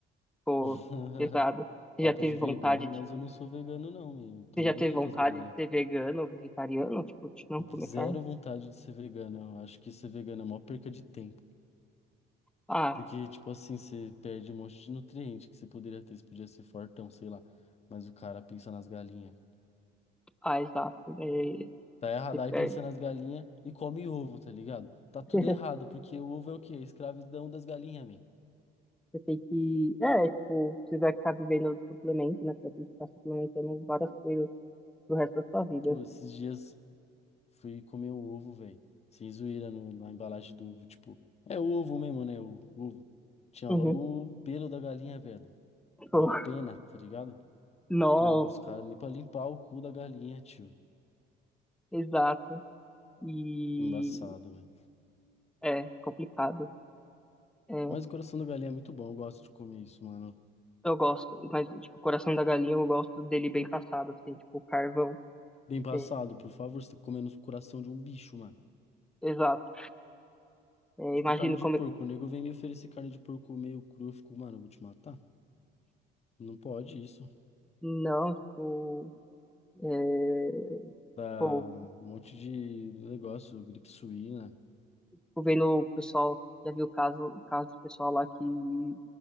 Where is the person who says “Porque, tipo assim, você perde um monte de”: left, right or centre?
Left